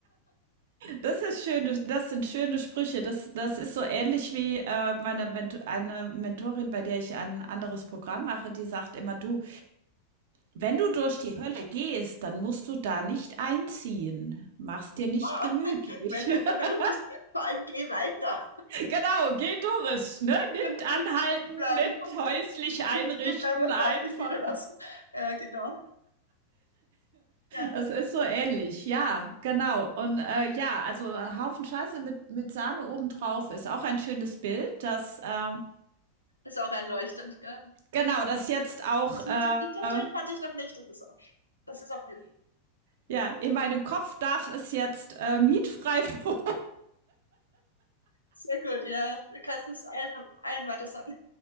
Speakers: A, on the right (about 55°); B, on the left (about 80°).
A: Das ist schön, das- das sind schöne Sprüche. Das, das ist so ähnlich wie äh, meine Ment eine Mentorin, bei der ich ein anderes Programm mache, die sagt immer, du, wenn du durch die Hölle gehst, dann musst du da nicht einziehen. Mach's dir nicht
B: Ah,
A: gemütlich.
B: <laughs> wenn du
A: <laughs>
B: in der Hölle bist, vor allem geh weiter.
A: genau, geh durch, ne? Nicht
B: <laughs>
A: anhalten,
B: Nicht stehen bleiben.
A: nicht
B: <laughs>
A: häuslich einrichten,
B: Nicht stehen bleiben und
A: einfach.
B: halt nicht niederlassen. Ja, genau. Ja,
A: Das ist so ähnlich, ja, genau. Und äh, ja, also ein Haufen Scheiße mit, mit Sahne obendrauf ist auch ein schönes Bild, das ähm,
B: ist auch einleuchtend, gell?
A: Genau, das jetzt auch,
B: Das mit
A: äh,
B: dem Lichtaufstellen kannte ich noch nicht. Das ist auch, das ist auch hilfreich.
A: ja, in meinem Kopf darf es jetzt äh, mietfrei wohnen.
B: Sehr gut, ja. Du kannst es allen, allen weiter sagen.